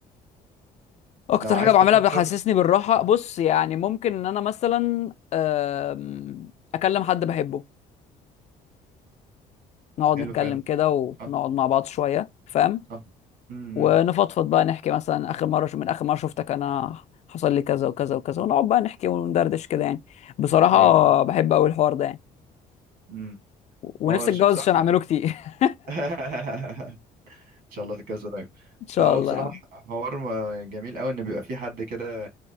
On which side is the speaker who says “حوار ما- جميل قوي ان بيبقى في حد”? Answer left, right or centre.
Right